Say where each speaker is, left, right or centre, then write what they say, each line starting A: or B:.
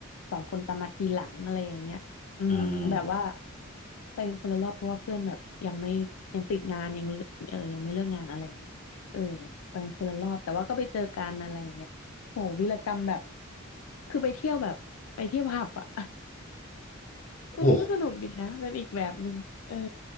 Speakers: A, on the left (about 80°); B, on the left (about 35°).
A: สองคนตามมาทีหลังอะไรอย่างเงี้ยอืมแบบว่า
B: อ่า
A: ไปกันคนละรอบเพราะว่าเพื่อนแบบยังไม่ยังติดงานยังเออยังไม่เลิกงานอะไรอย่างเงี้ยเออไปกันคนละรอบแต่ว่าก็ไปเจอกันอะไรอย่างเงี้ยโหวีรกรรมแบบคือไปเที่ยวแบบไปเที่ยวผับอ่ะ <laughs> เออก็สนุกดีนะเป็นอีกแบบหนึ่งเออ
B: โอ้